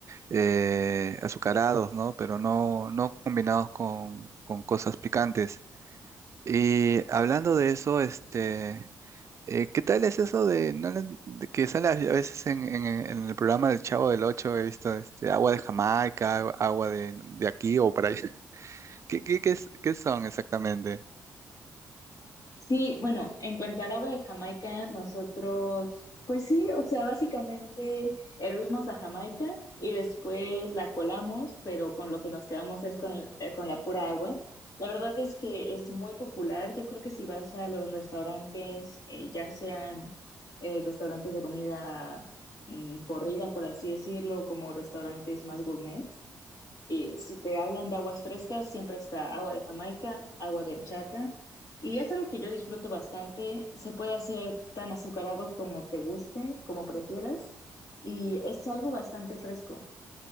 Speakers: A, on the right (about 45°); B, on the left (about 65°).
A: eh, azucarados, ¿no? Pero no, no combinados con, con cosas picantes. Y hablando de eso, este... Eh, ¿qué tal es eso de, no de que sale a a veces en, en- en el programa del Chavo del Ocho? He visto este, agua de Jamaica, agu- agua de, de aquí o para allá. <laughs> ¿Qué, qué, qué, es- qué son exactamente?
B: Sí, bueno, en cuanto al agua de Jamaica, nosotros, pues sí, o sea, básicamente hervimos a Jamaica y después la colamos, pero con lo que nos quedamos es con, el- eh, con la pura agua. La verdad es que es muy popular. Yo creo que si vas a los restaurantes, eh, ya sean eh, restaurantes de comida mm, corrida, por así decirlo, como restaurantes más gourmet, y si te hablan de aguas frescas, siempre está agua de Jamaica, agua de horchata. Y es algo que yo disfruto bastante. Se puede hacer tan azucarado como te guste, como prefieras. Y es algo bastante fresco.